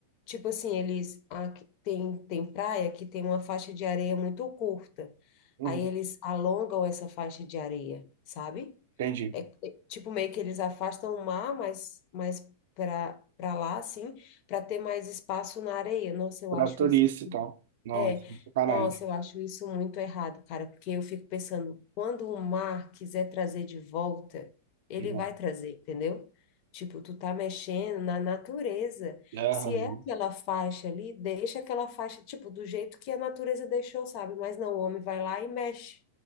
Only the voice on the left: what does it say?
Tipo assim, eles aqui- tem, tem praia que tem uma faixa de areia muito curta.
Aí eles alongam essa faixa de areia, sabe?
É, é, tipo, meio que eles afastam o mar, mas, mas para para lá, assim, para ter mais espaço na areia. Nossa, eu
acho
isso. assim,
É,
nossa, eu acho isso muito errado, cara, porque eu fico pensando, quando o mar quiser trazer de volta, ele
vai trazer, entendeu? Tipo, tu tá mexendo na natureza.
Se é aquela faixa ali, deixa aquela faixa, tipo, do jeito que a natureza deixou, sabe? Mas não, o homem vai lá e mexe.